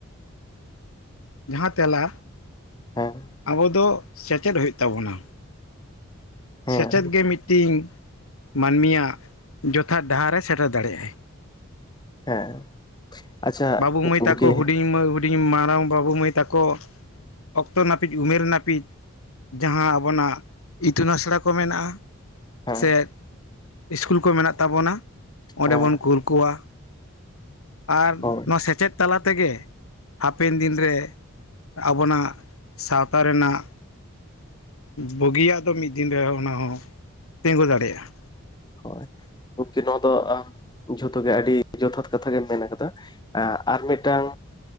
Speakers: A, on the left; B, on the left.
A: ᱡᱟᱦᱟᱸ ᱛᱮᱞᱟ
B: ᱦᱮᱸ
A: ᱟᱵᱚ ᱫᱚ ᱥᱮᱪᱮᱫ ᱦᱩᱭᱩᱜ ᱛᱟᱵᱚᱱᱟ᱾
B: ᱦᱮᱸ
A: ᱥᱮᱪᱮᱫ ᱜᱮ ᱢᱤᱫᱴᱤᱱ ᱢᱟᱹᱱᱢᱤᱭᱟᱜ ᱡᱚᱛᱷᱟᱛ ᱰᱟᱦᱟᱨᱮ ᱥᱮᱴᱮᱨ ᱫᱟᱲᱮᱭᱟᱜᱼ ᱟᱭ᱾
B: ᱦᱮᱸ ᱟᱪᱪᱷᱟ
A: ᱵᱟᱹᱵᱩ ᱢᱟᱹᱭ
B: ᱜᱚᱢᱠᱮ
A: ᱛᱟᱠᱚ ᱦᱩᱰᱤᱧ ᱢᱟᱹᱭ ᱦᱩᱰᱤᱧ ᱢᱟᱨᱟᱝ ᱵᱟᱹᱵᱩ ᱢᱟᱹᱭ ᱛᱟᱠᱚ ᱚᱠᱛᱚ ᱱᱟᱹᱯᱤᱡ ᱩᱢᱮᱨ ᱱᱟᱹᱯᱤᱡ ᱡᱟᱦᱟᱸ ᱟᱵᱚᱱᱟᱜ ᱤᱛᱩᱱ ᱟᱥᱲᱟ ᱠᱚ ᱢᱮᱱᱟᱜᱼᱟ
B: ᱦᱮᱸ
A: ᱥᱮᱫ ᱤᱥᱠᱩᱞ ᱠᱚ ᱢᱮᱱᱟᱜ ᱛᱟᱵᱚᱱᱟ ᱚᱸᱰᱮ
B: ᱦᱮᱸ
A: ᱵᱚᱱ ᱠᱳᱞ ᱠᱚᱣᱟ᱾ ᱟᱨ
B: ᱦᱳᱭ
A: ᱢᱟᱪᱮᱫ ᱛᱟᱞᱟ ᱛᱮᱜᱮ ᱦᱟᱯᱮᱱ ᱫᱤᱱ ᱨᱮ ᱟᱵᱚᱱᱟᱜ ᱥᱟᱶᱛᱟ ᱨᱮᱱᱟᱜ ᱵᱩᱜᱤᱭᱟᱜ ᱫᱚ ᱢᱤᱫ ᱫᱤᱱ ᱨᱮ ᱚᱱᱟ ᱦᱚᱸᱚᱸ ᱛᱤᱸᱜᱩ ᱫᱟᱲᱮᱭᱟᱜᱼᱟ᱾
B: ᱦᱳᱭ ᱩᱱᱠᱤ ᱱᱚᱣᱟ ᱫᱚ ᱡᱷᱚᱛᱚ ᱜᱮ ᱟᱹᱰᱤ ᱡᱚᱛᱷᱟᱛ ᱠᱟᱛᱷᱟ ᱜᱮᱢ ᱢᱮᱱ ᱠᱟᱫᱟ ᱮ ᱟᱨ ᱢᱮᱴᱟᱝ